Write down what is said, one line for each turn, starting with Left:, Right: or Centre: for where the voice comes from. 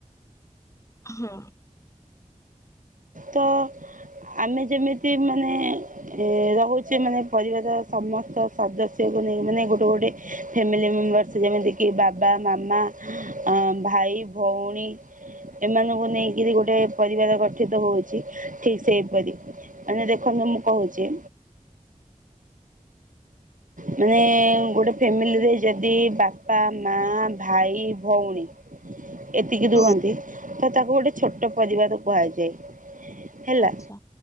Left: ହୁଁ।
Right: ତ ଆମେ ଯେମିତି ମାନେ ଏ ରହୁଚେ ମାନେ ପରିବାରର ସମସ୍ତ ସଦସ୍ୟକୁ ନେଇ ମାନେ ଗୋଟେ ଗୋଟେ ଫ୍ୟାମିଲି ମେମ୍ବର୍ସ ଯେମିତିକି ବାବା ମାମା ଆ ଭାଇ, ଭଉଣୀ ଏମାନଙ୍କୁ ନେଇକିରି ଗୋଟେ ପରିବାର ଗଠିତ ହଉ ଚି ଠିକ୍ ସେଇପରି ମାନେ ଦେଖନ୍ତୁ ମୁଁ କହୁଛି ମାନେ ଗୋଟେ ଫ୍ୟାମିଲିରେ ଯଦି ବାପା, ମା ଭାଇ, ଭଉଣୀ ଏତିକି ଦୁହନ୍ତି
Left: ହୁଁ
Right: ତ ତାକୁ ଗୋଟେ ଛୋଟ ପରିବାର କୁହାଯାଏ। ହେଲା।
Left: ଆଚ୍ଛା